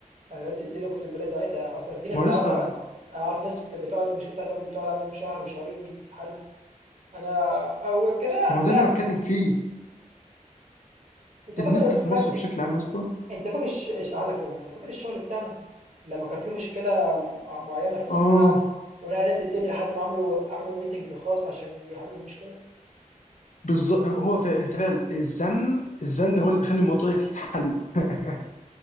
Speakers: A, on the right (about 60°); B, on the left (about 65°).
A: أنا قلبت الدنيا اقسم بالله ساعتها اصلا في ناس
B: ما هو
A: انا
B: يا اسطى
A: عارفه اعرف ناس بت- بتقعد المشكله بتاعتهم بتقعد عندهم شهر وشهرين ومش بتتحل انا اول كده
B: ما هو ده
A: لا
B: اللي انا بتكلم فيه
A: انت
B: النت
A: فاكر
B: في مصر
A: فاكر
B: بشكل عام يا اسطى
A: انت فاكر الش... الش- هقول لك كلمه انت فاكر الشغل بتاعنا لما كان في مشكله م- معينه فيه
B: اه
A: وانا قعدت وانا قلبت الدنيا لحد ما عملوا عملوا ميتنج خاص عشان يحلوا المشكله
B: بالظبط هو فعلا انت فعلا الزن الزن هو اللي بيخلي الموضوع يتحل <laughs>